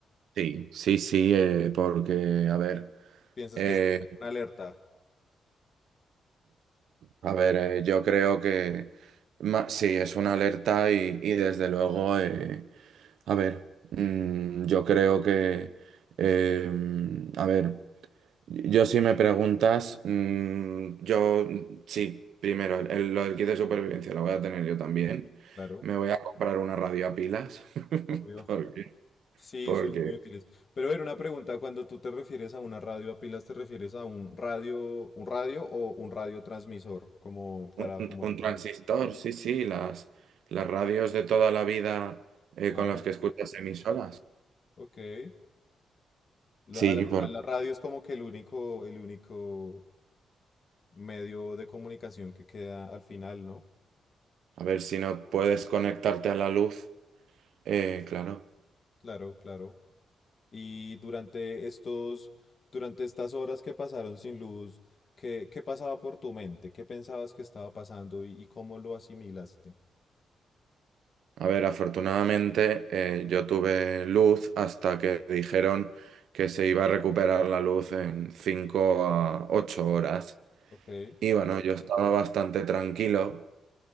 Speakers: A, on the right (about 80°); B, on the left (about 35°).
A: Sí, sí, sí, eh, porque, a ver,
B: Piensas
A: eh,
B: que es una alerta.
A: a ver, eh, yo creo que ma- sí, es una alerta y, y desde luego... eh, A ver, mm, yo creo que, em, a ver, yo si me preguntas, mm, yo mm, sí, primero, el, el- lo del kit de supervivencia lo voy a tener yo también.
B: Claro,
A: Me voy a comprar una radio a pilas, <laughs>
B: obvio.
A: porque,
B: Sí,
A: porque
B: son muy útiles. Pero a ver, una pregunta, cuando tú te refieres a una radio a pilas, ¿te refieres a un radio, un radio o un radiotransmisor como para
A: un, un-
B: comunicar?
A: un transistor, sí, sí, las, las radios de toda la vida eh,
B: Ah,
A: con las
B: ok,
A: que escuchas emisoras.
B: ok. La,
A: Sí,
B: a la,
A: por,
B: a la radio es como que el único, el único medio de comunicación que queda al final, ¿no?
A: a ver si no puedes conectarte a la luz, eh, claro.
B: Claro, claro. Y durante estos, durante estas horas que pasaron sin luz, ¿qué, qué pasaba por tu mente? ¿Qué pensabas que estaba pasando y, y cómo lo asimilaste?
A: A ver, afortunadamente eh, yo tuve luz hasta que dijeron que se iba a recuperar la luz en 5 a 8 horas.
B: Ok.
A: Y bueno, yo estaba bastante tranquilo